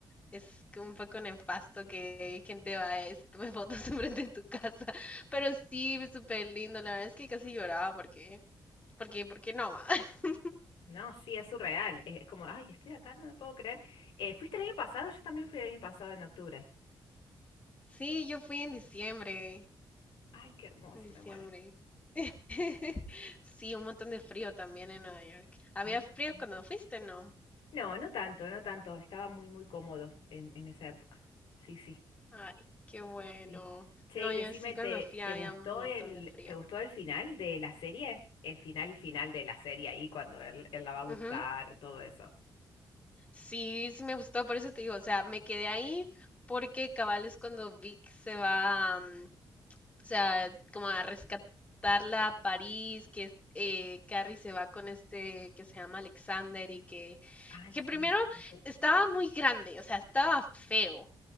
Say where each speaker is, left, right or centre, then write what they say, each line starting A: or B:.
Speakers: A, on the left; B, on the left.
A: Es que un poco nefasto que gente vaya y se tome fotos <laughs> enfrente de tu casa. Pero sí, súper lindo. La verdad es que casi lloraba porque, porque, porque no va. <laughs>
B: No, sí, es surreal. Es, como, ay, estoy acá, no me puedo creer. Eh, ¿fuiste el año pasado? Yo también fui el año pasado en octubre.
A: Sí, yo fui en diciembre.
B: Ay, qué hermoso,
A: En diciembre.
B: me muero.
A: <laughs> Sí, un montón de frío también en Nueva York. ¿Había
B: Ay,
A: frío
B: sí.
A: cuando fuiste, no?
B: no, no tanto, no tanto. Estaba muy, muy cómodo en, en esa época. Sí, sí,
A: Ay, qué bueno.
B: sí. Che,
A: No,
B: y
A: yo
B: decime,
A: sí
B: ¿te,
A: cuando fui había
B: te gustó
A: un montón
B: el,
A: de frío.
B: te gustó el final de la serie? El final, final de la serie ahí cuando él, él la va a buscar,
A: Ujú.
B: todo eso.
A: Sí, sí me gustó, por eso te digo, o sea, me quedé ahí porque cabal es cuando Vic se va, mm, O sea, como a rescatarla a París, que es- eh, Carrie se va con este que se llama Alexander y que,
B: Ay,
A: que primero
B: sí, el Ruf.
A: estaba muy grande, o sea, estaba feo.